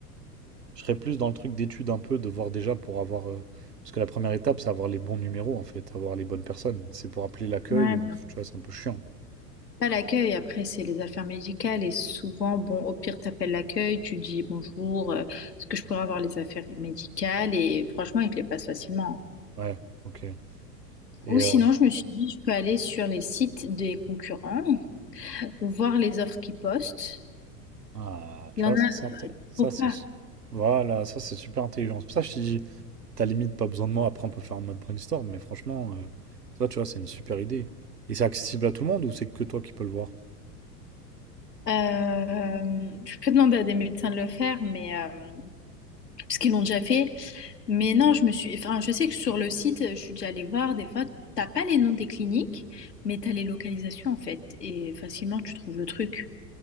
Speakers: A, on the right (about 75°); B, on the left (about 75°).
A: Je serais plus dans le truc d'étude un peu, de voir déjà pour avoir. euh, Parce que la première étape, c'est avoir les bons numéros en fait, avoir les bonnes personnes. C'est pour appeler l'accueil,
B: Ouais,
A: euh, tu vois, c'est un peu chiant.
B: Pas l'accueil, après, c'est les affaires médicales et souvent, bon, au pire, t'appelles l'accueil, tu dis bonjour, euh, est-ce que je pourrais avoir les affaires médicales? Et franchement, ils te les passent facilement.
A: Ouais, ok. Et
B: Ou sinon,
A: euh,
B: je me suis dit, je peux aller sur les sites des concurrents, voir les offres qu'ils postent.
A: Ah, tu
B: Il
A: vois,
B: y en a,
A: ça, c'est inté- ça,
B: pourquoi?
A: c'est... Voilà, ça, c'est super intelligent. C'est pour ça que je te dis, t'as limite pas besoin de moi. Après, on peut faire un mode brainstorm, mais franchement, euh, ça, tu vois, c'est une super idée. Et c'est accessible à tout le monde ou c'est que toi qui peux le voir?
B: Euh, je peux demander à des médecins de le faire, mais euh, parce qu'ils l'ont déjà fait. Mais non, je me suis. Enfin, je sais que sur le site, je suis déjà allée voir. Des fois, t'as pas les noms des cliniques, mais t'as les localisations en fait. Et facilement, tu trouves le truc.